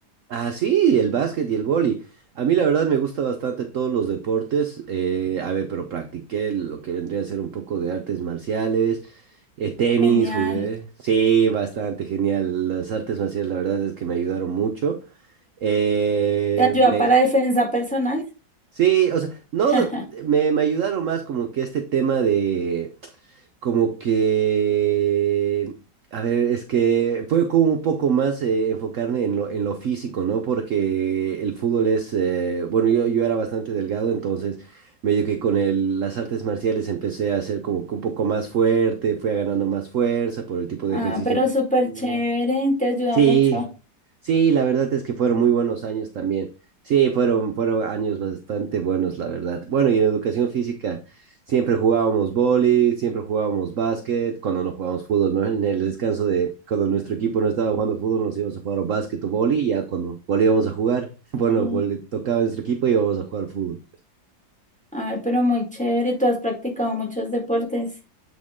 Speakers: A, on the right; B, in the centre.
A: Ah, sí, el básquet y el vóley. A mí la verdad me gusta bastante todos los deportes. eh, a ver, pero practiqué lo que vendría a ser un poco de artes marciales, eh, tenis
B: Genial.
A: jugué. Sí, bastante genial. Las artes marciales la verdad es que me ayudaron mucho. Eh,
B: ¿Te ayuda
A: me,
B: para defensa personal?
A: sí, o sea, no,
B: <laughs>
A: me, me ayudaron más como que este tema de como que, a ver, es que fue como un poco más eh, enfocarme en lo, en lo físico, ¿no? Porque el fútbol es, eh, bueno, yo, yo era bastante delgado, entonces medio que con el- las artes marciales empecé a ser como que un poco más fuerte, fui ganando más fuerza por el tipo de
B: Ah,
A: ejercicio
B: pero
A: que
B: súper
A: hacía.
B: chévere, te ayuda
A: Sí,
B: mucho.
A: sí, la verdad es que fueron muy buenos años también. Sí, fueron, fueron años bastante buenos, la verdad. Bueno, y en educación física siempre jugábamos vóley, siempre jugábamos básquet, cuando no jugábamos fútbol, ¿no? En el descanso de cuando nuestro equipo no estaba jugando fútbol, nos íbamos a jugar o básquet o vóley, y ya cuando volvíamos a jugar, <laughs> bueno,
B: Ay,
A: vole- tocaba nuestro equipo y íbamos a jugar fútbol.
B: ay, pero muy chévere, tú has practicado muchos deportes.